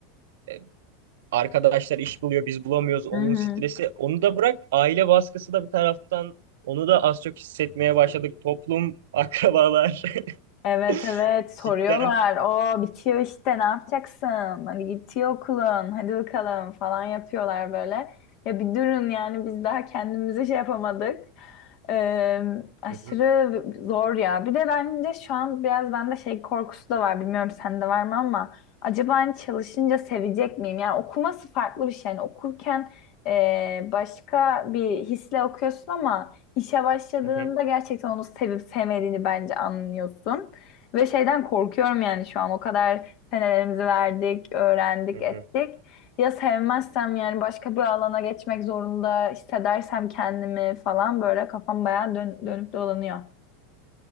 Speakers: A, on the right (about 70°); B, on the left (about 55°).
A: e, Arkadaşlar iş buluyor, biz bulamıyoruz. Onun
B: Hı hı.
A: stresi. Onu da bırak. Aile baskısı da bir taraftan. Onu da az çok hissetmeye başladık. Toplum, akrabalar.
B: Evet evet
A: <laughs>
B: soruyorlar.
A: Cidden
B: O bitiyor işte ne yapacaksın? Hani bitiyor okulun. Hadi bakalım falan yapıyorlar böyle. Ya bir durun yani biz daha kendimize şey yapamadık. Ee, aşırı
A: Hı hı,
B: zor ya. Bir de bence şu an biraz bende şey korkusu da var. Bilmiyorum sende var mı ama acaba hani çalışınca sevecek miyim? Yani okuması farklı bir şey. Yani okurken e, başka bir hisle okuyorsun ama işe başladığında
A: hı hı,
B: gerçekten onu sevip sevmediğini bence anlıyorsun. Ve şeyden korkuyorum yani şu an o kadar senelerimizi verdik, öğrendik,
A: hı hı.
B: ettik. Ya sevmezsem yani başka bir alana geçmek zorunda hissedersem kendimi falan böyle kafam bayağı dön- dönüp dolanıyor.